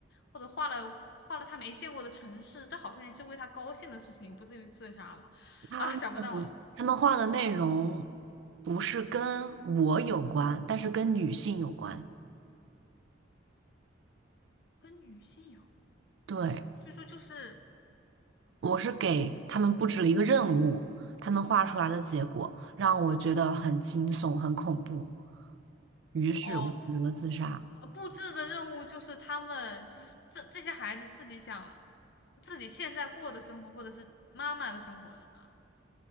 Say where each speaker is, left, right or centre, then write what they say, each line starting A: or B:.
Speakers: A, on the left; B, on the right.
A: 或者画了画了他没见过的城市，这好像也是为他高兴的事情，也不至于自杀吧？
B: 他。
A: 啊，想不到了，
B: 他们画的内容不是跟我有关，但是跟女性有关。
A: 跟女性有，
B: 对，
A: 所以说就是
B: 我是给他们布置了一个任务，他们画出来的结果让我觉得很惊悚、很恐怖，于是我选择了自杀。
A: 哦，呃布置的任务就是他们就是这这些孩子自己想自己现在过的生活，或者是妈妈的生活，是吗？